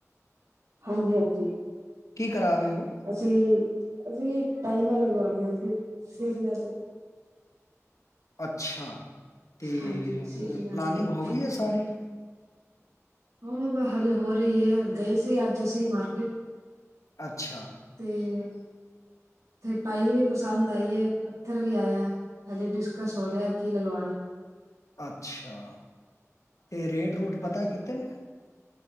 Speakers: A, on the right (about 80°); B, on the left (about 75°).
A: ਹਾਂਜੀ- ਹਾਂਜੀ
B: ਕੀ ਕਰਾ ਰਹੇ ਹੋ?
A: ਅਸੀਂ, ਅਸੀਂ ਟਾਇਲਾਂ ਲਗਵਾਉਣੀਆਂ ਸੀ। ਸਿੜਿਆਂ ਤੇ।
B: ਅੱਛਾ, ਤੇ
A: ਹਾਂਜੀ ਸੀੜੀਆਂ
B: ਪਲਾਨਿੰਗ
A: ਤੇ
B: ਹੋ ਗਈ ਹੈ, ਸਾਰੀ।
A: ਹੂੰ ਹਜੇ ਹੋ ਰਹੀ ਹੈ, ਗਏ ਸੀ ਅੱਜ ਅਸੀਂ ਮਾਰਕੀਟ।
B: ਅੱਛਾ
A: ਤੇ, ਤੇ ਟਾਇਲ ਵੀ ਪਸੰਦ ਆਈ ਏ, ਪੱਥਰ ਵੀ ਆਇਆ। ਹਜੇ ਡਿਸਕਸ ਹੋ ਰਿਹਾ ਕੀ ਲਗਵਾਉਣਾ।
B: ਅੱਛਾ, ਏ ਰੇਟ ਰੂਟ
A: ਹਾਂਜੀ
B: ਪਤਾ ਕਿਤੇੇ ਨੇ?